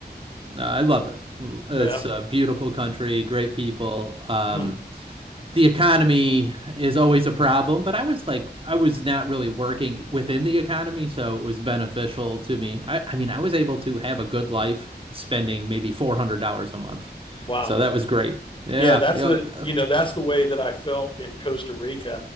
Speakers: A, on the right; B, on the left.
A: Uh, I love it.
B: Yeah.
A: It's a beautiful country, great people. Um,
B: Hmm.
A: the economy is always a problem, but I was like, I was not really working within the economy, so it was beneficial to me. I, I mean, I was able to have a good life spending maybe $400 a month.
B: Wow.
A: So that was great. Yeah.
B: yeah, that's
A: yeah.
B: the you know that's the way that I felt in Costa Rica.